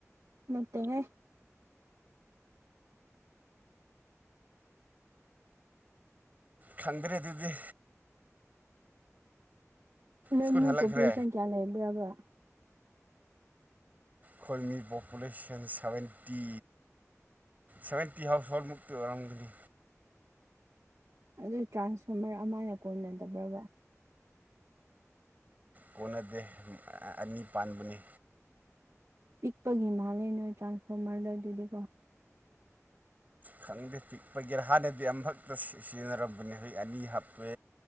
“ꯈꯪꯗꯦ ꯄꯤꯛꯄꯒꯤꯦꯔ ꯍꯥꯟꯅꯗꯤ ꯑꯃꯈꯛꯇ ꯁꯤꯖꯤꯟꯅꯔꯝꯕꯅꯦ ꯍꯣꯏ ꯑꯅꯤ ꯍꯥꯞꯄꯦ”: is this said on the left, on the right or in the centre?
Right